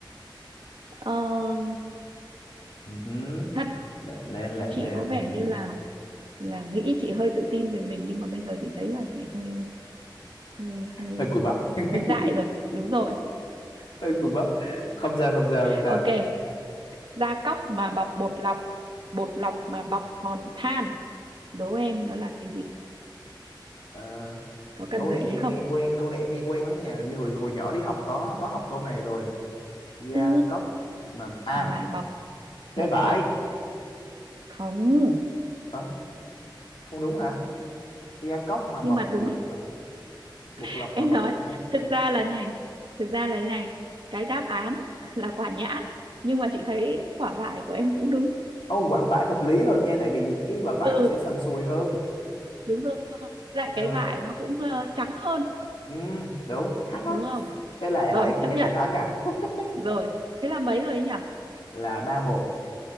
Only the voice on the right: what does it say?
Ờ,
thật
chị
có vẻ như là là nghĩ chị hơi tự tin về mình nhưng mà bây giờ chị thấy là chị hơi hơi hơi
hơi dại rồi đúng rồi
ok da cóc mà bọc bột lọc bột lọc mà bọc hòn than đố em nó là cái gì
có cần
gợi
ý
không
ừ
mà bọc
bột
lọc không
nhưng mà đúng
<laughs>
em
nói
thực ra là này thực ra là thế này cái đáp án là quả nhãn nhưng mà chị thấy quả vải của em cũng đúng
ừ
Đúng rồi. Lại
cái vải nó cũng, ơ, trắng hơn,
đúng
không?
Rồi,
chấp
nhận.
Rồi, thế là mấy rồi ấy nhỉ?